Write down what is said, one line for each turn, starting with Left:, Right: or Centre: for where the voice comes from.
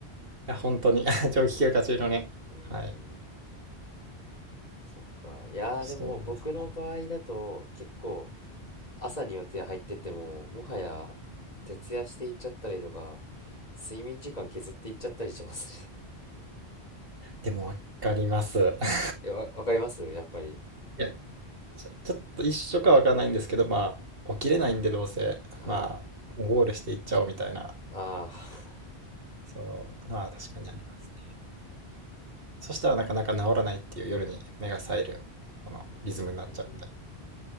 Right: や本当に <laughs>
Left: うーん
Right: 長期休暇中のねはい
Left: うーんそっかいやーでも僕の場合だと結構
Right: そうですね
Left: 朝に予定入っててももはや徹夜していっちゃったりとか睡眠時間削っていっちゃったりしますね
Right: でも分かります <laughs>
Left: <laughs> えわ、わかりますやっぱり
Right: いやちょちょっと一緒か分かんないんですけどまあ起きれないんでどうせまあもうゴールしていっちゃおうみたいな
Left: はいああ、
Right: そうまあ確かにありますそしたらなかなか治らないっていう夜に目が冴えるこのリズムになっちゃうんで。
Left: うーん